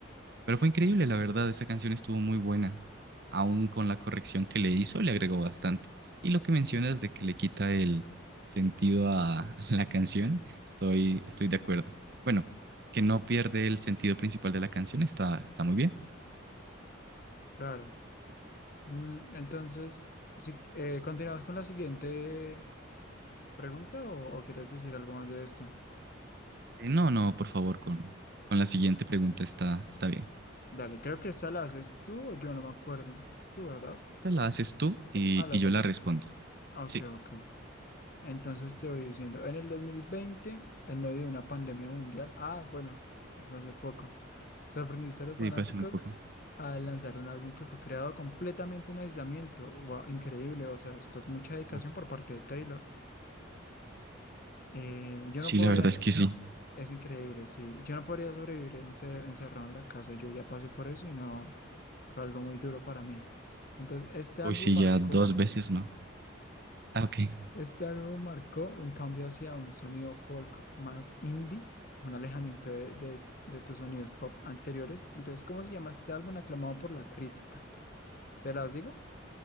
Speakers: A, on the right (about 50°); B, on the left (about 45°).
A: Pero fue increíble, la verdad, esa canción estuvo muy buena. Aún con la corrección que le hizo, le agregó bastante. Y lo que mencionas de que le quita el sentido a <laughs> la canción, estoy, estoy de acuerdo. Bueno, que no pierde el sentido principal de la canción, está, está muy bien.
B: Claro.
A: Ok.
B: Mm, entonces, si, eh, ¿continuamos con la siguiente pregunta o, o quieres decir algo más de esta?
A: Eh, no, no, por favor, con, con la siguiente pregunta está, está bien.
B: Dale, creo que esa la haces tú o yo no me acuerdo. ¿Tú, verdad?
A: Esta La haces tú y,
B: Ah, la
A: y
B: hago
A: yo
B: yo.
A: la respondo.
B: Ok,
A: Sí,
B: ok. Entonces te voy diciendo, en el 2020, en medio de una pandemia mundial, ah, bueno, fue hace poco, sorprendiste a los
A: te
B: fanáticos
A: digo hace muy poco.
B: al lanzar un álbum que fue creado completamente en aislamiento. Wow, increíble, o sea, esto es mucha dedicación
A: Uf.
B: por parte de Taylor. Eh, yo
A: Sí,
B: no podría,
A: la verdad es que sí.
B: es increíble, sí, yo no podría sobrevivir ence- encerrado en la casa, yo ya pasé por eso y no, fue algo muy duro para mí. Entonces, este álbum
A: Uy, sí,
B: marcó
A: ya dos veces, ¿no? Ah, ok.
B: Este álbum marcó un cambio hacia un sonido folk más indie, un alejamiento de, de- de tus sonidos pop anteriores. Entonces, ¿cómo se llama este álbum aclamado por la crítica? ¿Te las digo?